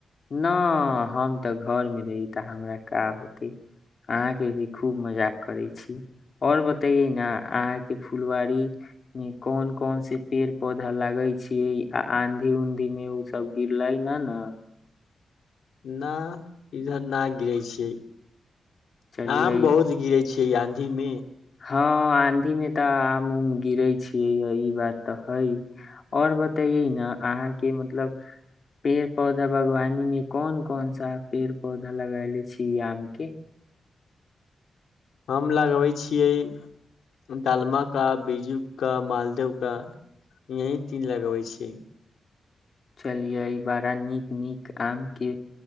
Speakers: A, on the left; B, on the left.
A: नहि हम तऽ घरमे रहहिी तऽ हमरा का होतै अहाँके भी खूब मजाक करै छीिय आओर बतैयै ने अहाँके फुलवाारीमे कोन कोन से पेड़ पौधा लागै छियै आ आँधी उन्धीमे ओसभ गिरलै ने ने
B: न इधर न गिरै छियै
A: चलियै
B: आम बहुत गिरे छी के आधी मे
A: हँ आंधी में तऽ आम उम गिरे छियै य ई बात तऽ है और बतैये ने अहाँ के मतलब पेड़ पौधा बागवानी मे कोन कोन सा पेड़ पौधा लगले छी ई आम के
B: हम लगबै छियै डालमा का बिीज्जू का मालदेव का यही तीन लगबै छियै
A: चलियै बड़ा नीक नीक आम के